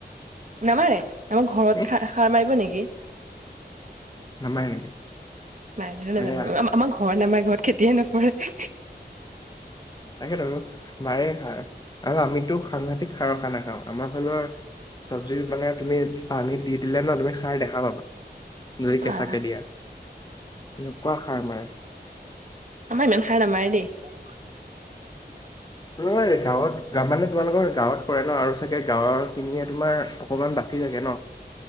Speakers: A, on the right; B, on the left.
A: নামাৰে আমাৰ ঘৰত
B: তুমি
A: সা-সাৰ মাৰিব নেকি?
B: নামাৰে নেকি
A: মইতো নাজানো
B: মানে
A: আমাৰ ঘৰ নামাৰ ঘৰত খেতিয়ে নপৰে।
B: তাকেতো মাৰে খাৰ আৰু আমিতো সাংঘাতিক সাৰৰ খানা খাওঁ আমাৰ ফালৰ চবজি মানে তুমি পানী দি দিলে ন' তুমি খাৰ দেখা পাবা। যদি
A: বাহ
B: কেঁচাকে দিয়া এনেকুৱা সাৰ মাৰে।
A: আমাৰ ইমান সাৰ নামেৰে দেই।
B: ত গাঁৱত মানে তোমালোকৰ গাঁৱত কৰে ন' আৰু চাগে গাঁৱৰ খিনিয়ে তোমাৰ অকণমান <unintelligible> থাকে ন'।